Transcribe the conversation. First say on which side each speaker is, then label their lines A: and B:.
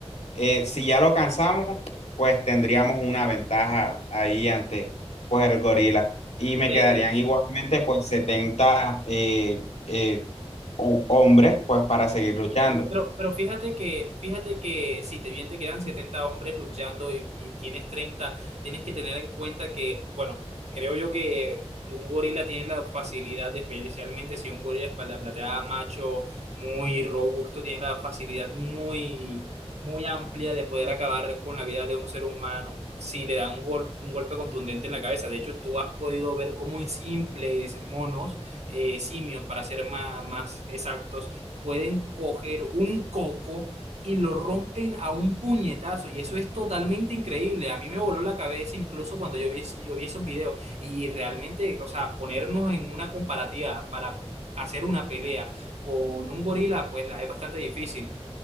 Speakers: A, on the left; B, on the right.
A: Eh, si ya lo cansamos, pues tendríamos una ventaja ahí ante pues el gorila. Y me
B: Eh,
A: quedarían igualmente pues 70 eh, eh, ho- hombres pues para seguir luchando.
B: Pero, pero fíjate que, fíjate que si te bien te quedan 70 hombres luchando y, y tienes treinta tienes que tener en cuenta que, bueno, creo yo que un gorila tiene la facilidad, especialmente si es un gorila espalda plateada, macho, muy robusto, tiene la facilidad muy, muy amplia de poder acabar con la vida de un ser humano si le da un, gol- un golpe contundente en la cabeza. De hecho, tú has podido ver cómo en simples monos, eh, simios, para ser más, más exactos, pueden coger un coco y lo rompen a un puñetazo. Y eso es totalmente increíble. A mí me voló la cabeza incluso cuando yo vi, yo vi esos videos. Y realmente, o sea, ponernos en una comparativa para hacer una pelea con un gorila, pues la es bastante difícil.